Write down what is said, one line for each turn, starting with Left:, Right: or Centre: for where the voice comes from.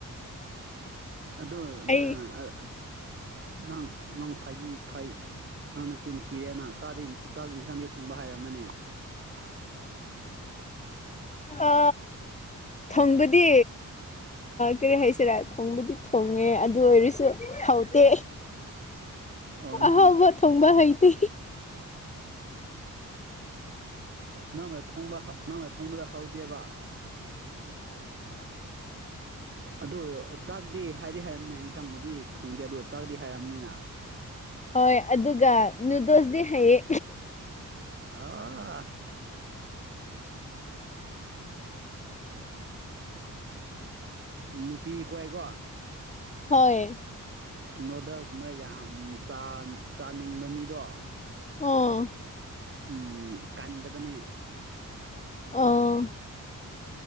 Right: ꯑꯗꯣ
Left: ꯑꯩ
Right: ꯑꯥ
Left: <unintelligible>
Right: ꯅꯪ ꯅꯪ ꯐꯩꯒꯤ ꯐꯩ ꯅꯪꯅ ꯆꯤꯟꯈꯤꯔꯦꯅ ꯆꯥꯛ ꯌꯦꯟꯁꯥꯡꯗꯤ ꯊꯣꯡꯕ ꯍꯥꯏꯔꯝꯃꯅꯦ
Left: ꯎꯝ
Right: ꯈ
Left: ꯑ ꯊꯣꯡꯕꯗꯤ ꯀꯔꯤ ꯍꯥꯏꯁꯤꯔꯥ ꯊꯣꯡꯕꯗꯤ ꯊꯣꯡꯉꯦ ꯑꯗꯨ ꯑꯣꯏꯔꯁꯨ ꯊꯧꯎꯇꯦ
Right: ꯑꯣ ꯅꯪ
Left: ꯑꯍꯥꯎꯕ ꯊꯣꯡꯕ ꯍꯩꯇꯦ
Right: ꯅꯪꯅ ꯊꯣꯡꯕ ꯅꯪꯅ ꯊꯣꯡꯕꯗ ꯍꯥꯎꯗꯦꯕ
Left: ꯎꯝ
Right: ꯍ ꯇꯅꯤ ꯍꯥꯏ
Left: <unintelligible>
Right: ꯑꯗꯨ ꯆꯥꯛꯗꯤ ꯍꯥꯏꯗꯤ ꯍꯥꯏꯔꯕꯝꯅꯤꯅ ꯏꯟꯁꯥꯡꯕꯨꯗꯤ ꯈꯪꯗꯦ ꯑꯗꯨ ꯆꯥꯛꯗꯤ ꯍꯥꯏꯔꯝꯅꯤꯅ
Left: ꯍꯣꯏ ꯑꯗꯨꯒ ꯅꯨꯨꯗꯁꯗꯤ ꯍꯩꯌꯦ
Right: ꯑꯣ ꯅꯨꯄꯤ ꯍꯣꯏꯒꯣ
Left: ꯍꯣꯏ
Right: ꯅꯣꯗꯜ ꯀꯨꯝꯕ ꯌꯥꯝ ꯆꯥꯅꯤꯡꯕ ꯃꯤꯗꯣ
Left: ꯑꯣ
Right: ꯎꯝ ꯀꯟꯗꯕꯅꯦ
Left: ꯑꯥ